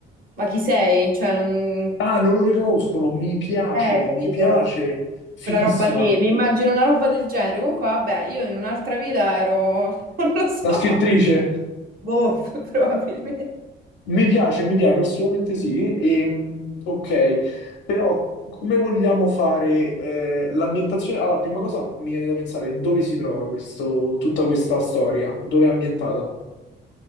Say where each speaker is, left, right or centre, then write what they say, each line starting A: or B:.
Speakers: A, on the right; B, on the left.
A: ma chi sei? Cioè, non...
B: Ah, non lo riconoscono. Mi piace,
A: Eh, capito?
B: mi piace. Fighissima.
A: Quella roba lì, mi immagino una roba del genere. Comunque, vabbè, io in un'altra vita ero, <laughs> non lo so,
B: La scrittrice.
A: boh, <laughs> probabilmente.
B: Mi piace, mi piace, assolutamente sì. Ehm, ok, però come vogliamo fare eh, l'ambientazione? Allora, prima cosa mi viene da pensare dove si trova questo- tutta questa storia, dove è ambientata?